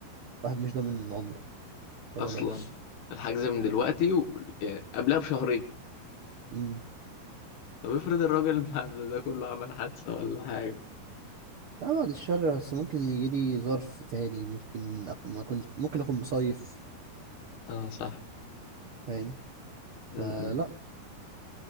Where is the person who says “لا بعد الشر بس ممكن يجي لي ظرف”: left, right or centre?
Right